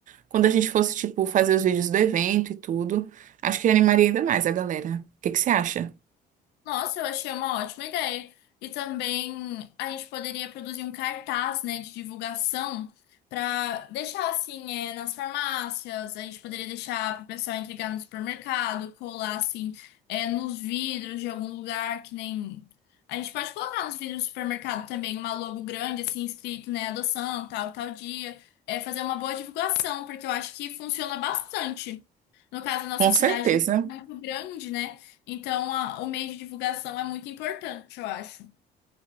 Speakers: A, on the right (about 50°); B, on the left (about 80°).
A: quando a gente fosse, tipo, fazer os vídeos do evento e tudo. Acho que animaria ainda mais a galera. O que que você acha?
B: Nossa, eu achei uma ótima ideia. E também a gente poderia produzir um cartaz, né, de divulgação para deixar assim, é, nas farmácias, a gente poderia deixar para o pessoal entregar no supermercado, colar assim, é, nos vidros de algum lugar que nem. A gente pode colocar nos vidros do supermercado também uma logo grande, assim, escrito, né, adoção, tal, tal dia. É fazer uma boa divulgação, porque eu acho que funciona bastante. No caso, a nossa
A: Com
B: cidade
A: certeza.
B: não é muito grande, né? Então, a- o meio de divulgação é muito importante, eu acho.